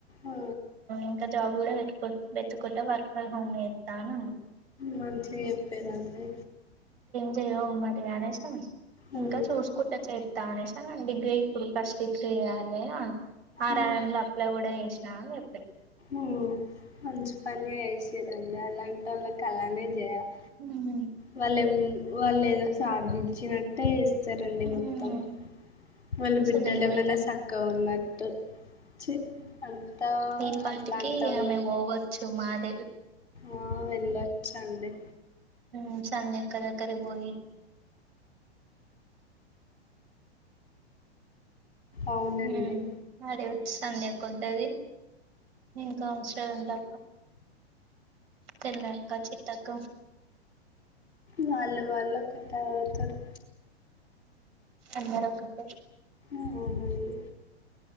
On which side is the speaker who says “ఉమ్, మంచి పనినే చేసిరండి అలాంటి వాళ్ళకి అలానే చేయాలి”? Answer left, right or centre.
Left